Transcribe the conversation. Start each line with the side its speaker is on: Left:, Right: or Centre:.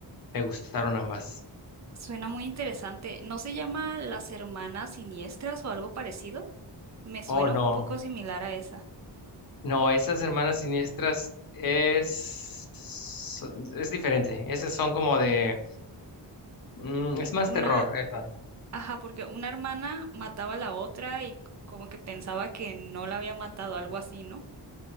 Left: me gustaron ambas.
Right: Suena muy interesante. ¿No se llama Las Hermanas Siniestras o algo parecido? Me suena
Left: Oh, no.
Right: un poco similar a esa.
Left: No, esas hermanas siniestras es, es diferente. Esas son como de... mm, es más
Right: Una,
Left: terror, esa,
Right: Ajá, porque una hermana mataba a la otra y como que pensaba que no la había matado, algo así, ¿no?